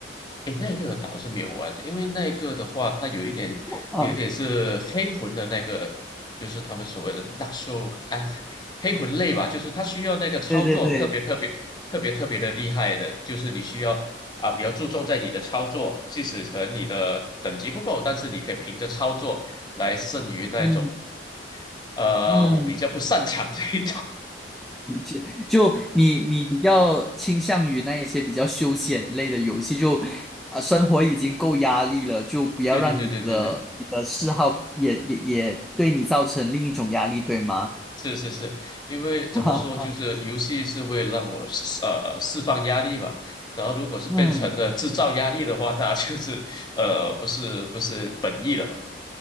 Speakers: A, on the left; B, in the centre.
A: 哎，那个倒是没有玩的，因为那个的话，它有一点，
B: 啊，
A: 有一点是黑魂的那个，就是他们所谓的 Dark Soul 啊，哎黑魂类吧，就是它需要那个操作特别特别特别特别的厉害的，
B: 对对对，
A: 就是你需要啊比较注重在你的操作，即使可能你的等级不够，但是你可以凭着操作来胜于那种
B: 嗯
A: 呃我比较不擅长这一种。
B: 嗯。<laughs> 理解就你你比较倾向于那一些比较休闲类的游戏，就啊生活已经够压力了，就不要让你的你的嗜好也也也对你造成另一种压力，
A: <laughs> 对对对对对对。
B: 对吗？
A: 是是是，因为怎么说，
B: <laughs>
A: 就是游戏是为了让我呃释放压力嘛。然后如果是变成了制造压力的话，
B: 嗯。
A: 那就是呃不是不是本意了嘛。